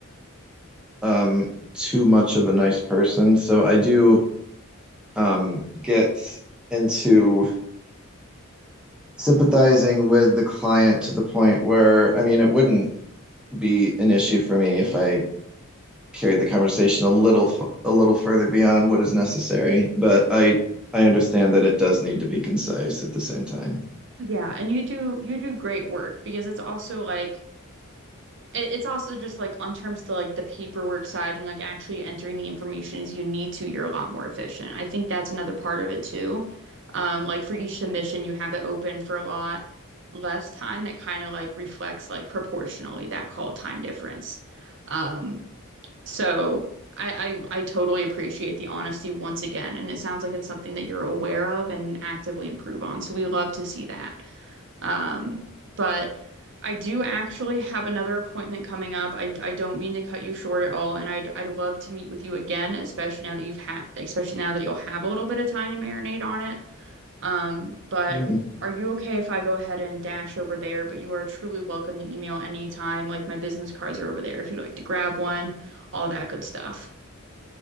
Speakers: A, in the centre; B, on the right (about 55°).
A: um too much of a nice person. So I do um get into sympathizing with the client to the point where I mean it wouldn't be an issue for me if I carried the conversation a little f- a little further beyond what is necessary, but I I understand that it does need to be concise at the same time.
B: Yeah, and you do you do great work because it's also like It, it's also just like on terms of the, like the paperwork side and like actually entering the information as you need to, you're a lot more efficient. I think that's another part of it too. Um, like for each submission, you have it open for a lot less time that kind of like reflects like proportionally that call time difference. Um, so I, I I totally appreciate the honesty once again, and it sounds like it's something that you're aware of and actively improve on. So we love to see that. Um, but I do actually have another appointment coming up. I, I don't mean to cut you short at all, and I'd I'd love to meet with you again, especially now that you've had, especially now that you'll have a little bit of time to marinate on it. Um, but
A: Mm.
B: are you okay if I go ahead and dash over there? But you are truly welcome to email anytime. Like my business cards are over there if you'd like to grab one, all that good stuff.